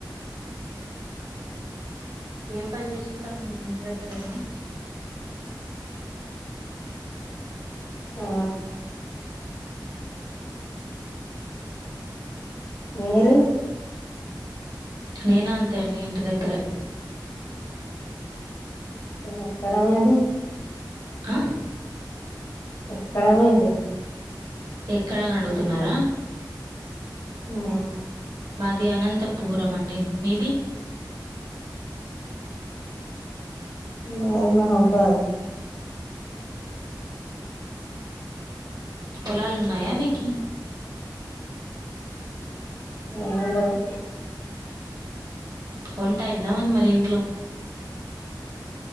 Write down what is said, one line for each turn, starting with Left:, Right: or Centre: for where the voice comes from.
Right: ఏం పని చేస్తుంటారు మీరు ఇంటి దగ్గరేనా
Left: ఆ మీరు
Right: నేను అంతే అండి ఇంటి దగ్గరే
Left: ఎక్కడ మీది
Right: ఆ
Left: ఎక్కడ మీది
Right: ఎక్కడా అని అడుగుతున్నారా
Left: ఆ
Right: మాది అనంతపురం అండి మీది
Left: ఇయ్యి మెహేబ్బాద్
Right: పొలాలు ఉన్నాయా మీకి
Left: ఆ లేవు
Right: వంటాయిందా మరి ఇంట్లో